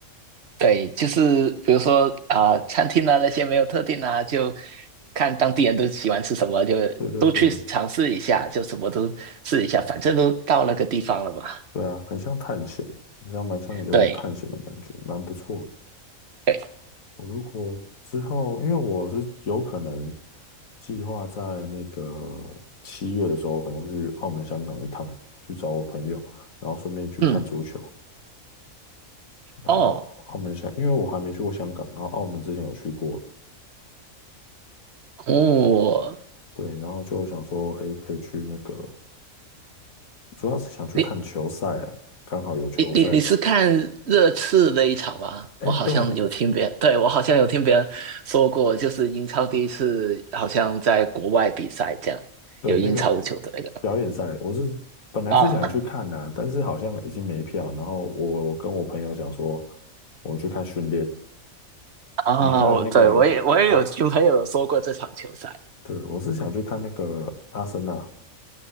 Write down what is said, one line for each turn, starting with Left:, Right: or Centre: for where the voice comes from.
Right: 对，就是比如说啊、餐厅啊那些没有特定啊，就看当地人都喜欢吃什么，就都去尝试一下，
Left: 对对对
Right: 就什么都试一下，反正都到那个地方了嘛。
Left: 对啊，很像探险，你知道，蛮像有种探险的感觉，
Right: 对
Left: 蛮不错的。
Right: 对，
Left: 我如果之后，因为我是有可能计划在那个七月的时候，可能会去澳门、香港一趟，去找我朋友，然后顺便去看足球。
Right: 嗯，
Left: 然后澳门香，
Right: 哦
Left: 因为我还没去过香港，然后澳门之前有去过了
Right: 哦，
Left: 对，然后就想说，哎，可以去那个。主要是想去看球赛啊，
Right: 你
Left: 刚好有球赛。
Right: 你你你是看热刺那一场吗？
Left: 哎，
Right: 我好像有听别人，
Left: 对
Right: 对，我好像有听别人说过，就是英超第一次好像在国外比赛这样，
Left: 对，
Right: 有英超的球队的
Left: 那个表演赛，我是本来是想去看的但是好像已经没票。
Right: 啊
Left: 然后我我跟我朋友想说，我们去看训练，
Right: 啊，
Left: 我们看那个啊，
Right: 我对我也我也有听朋友说过这场球赛，
Left: 对，我是想去看那个阿森纳，